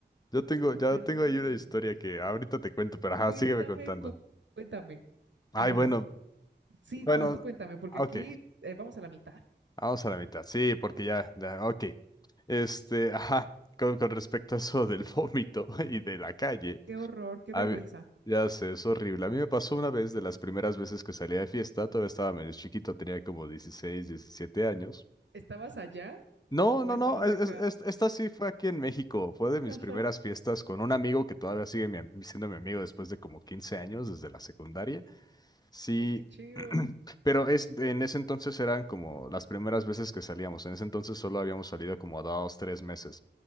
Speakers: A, on the left (about 20°); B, on the right (about 75°).
A: Yo tengo,
B: Dije,
A: ya
B: perdónenme,
A: tengo ahí una historia
B: amigos.
A: que ahorita te cuento, pero ajá,
B: Cuéntame,
A: sígueme contando.
B: cu- cuéntame.
A: Ay,
B: Ah, bueno,
A: bueno,
B: sí,
A: bueno,
B: no, tú cuéntame, porque
A: ok,
B: aquí eh, vamos a la mitad.
A: vamos a la mitad, sí, porque ya, ya, ok. Este, ajá, con, con respecto a eso del vómito <laughs> y de la calle.
B: Qué horror, qué
A: A
B: vergüenza.
A: mí- ya sé, es horrible. A mí me pasó una vez de las primeras veces que salía de fiesta, todavía estaba medio chiquito, tenía como 16 17 años.
B: ¿Estabas allá
A: No,
B: o
A: no,
B: estabas
A: no, es-
B: acá?
A: es- es- esta sí fue aquí en México, fue de mis
B: Ajá.
A: primeras fiestas con un amigo que todavía sigue mi am- siendo mi amigo después de como 15 años, desde la secundaria. Sí,
B: Ay, qué chido.
A: <clears throat> pero es, en ese entonces eran como las primeras veces que salíamos, en ese entonces solo habíamos salido como dos, tres meses